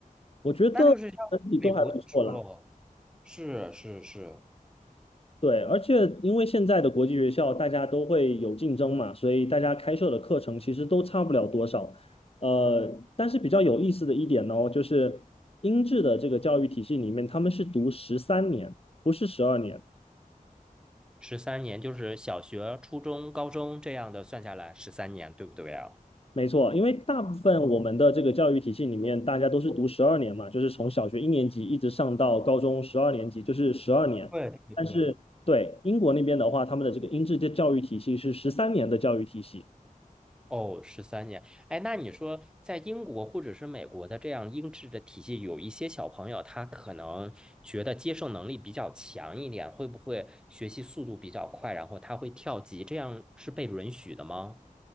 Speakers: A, on the left; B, in the centre.
A: 我觉得整体都还不错啦。
B: 那就是像 <laughs> 美国读书喽。是是是，
A: 对，而且因为现在的国际学校大家都会有竞争嘛，所以大家开设的课程其实都差不了多少。呃，但是比较有意思的一点呢，就是英制的这个教育体系里面，他们是读十三年，不是十二年。
B: 十三年就是小学、初中、高中这样的算下来，十三年，对不对啊？
A: 没错，因为大部分我们的这个教育体系里面，大家都是读十二年嘛，就是从小学一年级一直上到高中十二年级，就是十二年。
B: 对对对。
A: 但是对英国那边的话，他们的这个英制的教育体系是十三年的教育体系。
B: 哦，十三年。哎，那你说在英国或者是美国的这样英制的体系，有一些小朋友他可能觉得接受能力比较强一点，会不会学习速度比较快，然后他会跳级，这样是被允许的吗？